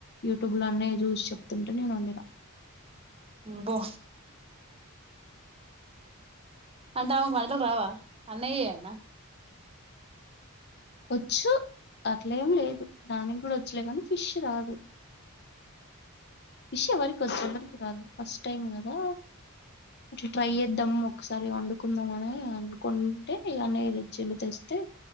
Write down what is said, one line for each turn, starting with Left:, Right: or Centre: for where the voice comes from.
Left: యూట్యూబ్ లో అన్నయ్య చూసి చెప్తుంటే నేను వండినా
Right: అబ్బో అంటే ఆమెకు వంటలు రావా అన్నయ్యేనా
Left: వచ్చు అట్లేం లేదు దానికి కూడ వచ్చలే కానీ ఫిష్ రాదు విషయ వరకు వచ్చాడ రా ఫస్ట్ టైమ్ గదా అట్ల ట్రై చేద్దాం ఒకసారి వండు కొందమని అనుకుంటే ఇలానే జమిత వస్తే